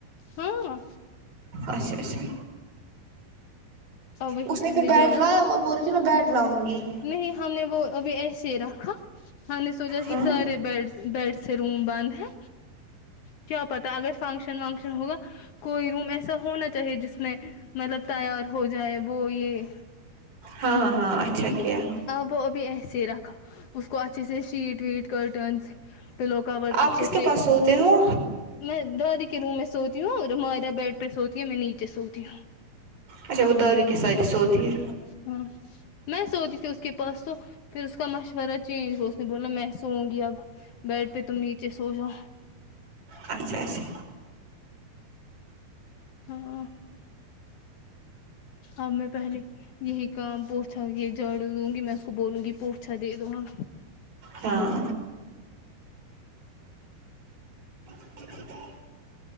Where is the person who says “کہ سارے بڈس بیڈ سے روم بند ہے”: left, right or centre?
Left